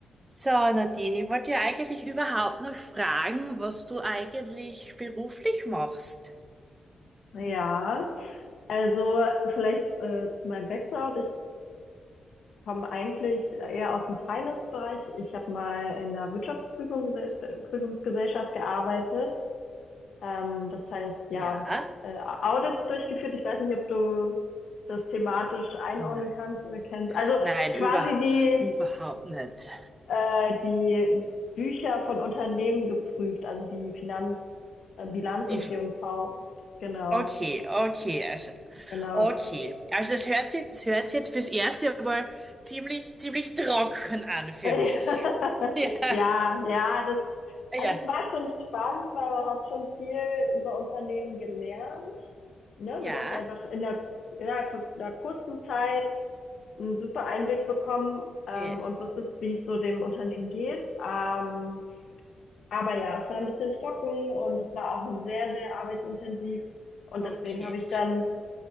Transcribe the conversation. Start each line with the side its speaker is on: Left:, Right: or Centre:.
Right: So, Nadine, ich wollte ja eigentlich überhaupt noch fragen, was du eigentlich beruflich machst.
Left: Ja, also vielleicht äh, zu meinem Background. Ich komme eigentlich eher aus dem Finance-Bereich. Ich habe mal in einer Wirtschaftsprüfungsgesellschaft gearbeitet. Ähm, das heißt, ja,
Right: Ja?
Left: äh, Audits durchgeführt. Ich weiß nicht, ob du das thematisch einordnen
Right: N-
Left: kannst oder kennst. Also
Right: Nein,
Left: quasi
Right: über,
Left: die,
Right: überhaupt nicht.
Left: äh, die Bücher von Unternehmen geprüft, also die Finanz, äh, Bilanz
Right: Die,
Left: und
Right: F-
Left: G&V. Genau,
Right: okay, okay, also,
Left: genau.
Right: okay. Also es hört sich, es hört sich jetzt fürs erste Mal ziemlich, ziemlich trocken an für
Left: <laughs>
Right: mich. <laughs>
Left: Ja, ja, das,
Right: Ja,
Left: also
Right: ja,
Left: es war schon spannend, weil man hat schon viel über Unternehmen gelernt, ne? Aber
Right: ja,
Left: du hast einfach in der, innerhalb von einer kurzen Zeit einen super Einblick bekommen, ähm,
Right: eh,
Left: und wusstest, wie es so dem Unternehmen geht. Ähm, aber ja, es war ein bisschen trocken und es war auch sehr, sehr arbeitsintensiv. Und
Right: okay.
Left: deswegen habe ich dann